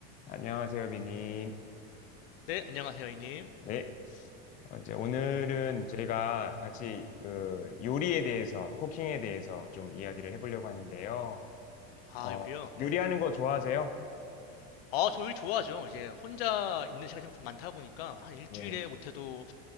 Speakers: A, on the left; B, on the left.
A: 안녕하세요, 비님.
B: 네, 안녕하세요, 이님.
A: 네. 어, 이제 오늘은 저희가 같이 그 요리에 대해서, 쿠킹에 대해서 좀 이야기를 해보려고 하는데요.
B: 아,
A: 어,
B: 요리요? 네.
A: 요리하는 거 좋아하세요?
B: 아, 저 요리 좋아하죠. 이제 혼자 있는 시간이 좀 많다 보니까 한 일주일에
A: 네.
B: 못해도